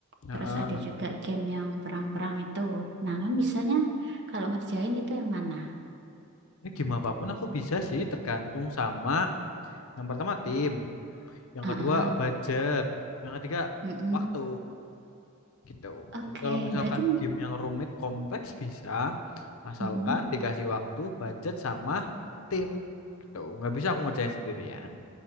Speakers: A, on the left; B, on the right.
A: Heeh.
B: terus ada juga game yang perang-perang itu. Nah, kamu bisanya kalau ngerjain itu yang mana?
A: Ini game apapun aku bisa sih, tergantung sama yang pertama tim, yang
B: Ah,
A: kedua
B: ah,
A: budget, yang ketiga
B: mm-mm.
A: waktu. gitu.
B: Oke,
A: Jadi kalau misalkan
B: berarti
A: game yang rumit kompleks bisa, asalkan
B: mm-mm.
A: dikasih waktu, budget sama tim gitu. Nggak bisa aku ngerjain sendirian.